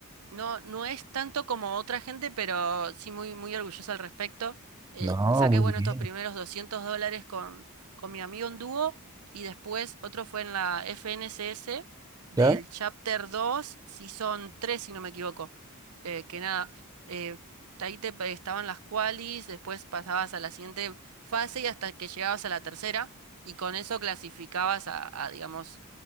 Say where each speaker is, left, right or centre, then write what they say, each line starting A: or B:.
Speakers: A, on the right (about 75°); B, on the right (about 15°).
A: No, no es tanto como otra gente, pero sí muy, muy orgullosa al respecto. Eh,
B: No,
A: saqué,
B: muy
A: bueno,
B: bien.
A: estos primeros 200 dólares con, con mi amigo en dúo y después otro fue en la FNCS del
B: ¿Ya?
A: Chapter 2, si son 3 si no me equivoco. Eh, que nada, eh, ahí te pe- estaban las qualis, después pasabas a la siguiente fase y hasta que llegabas a la tercera y con eso clasificabas a, a digamos,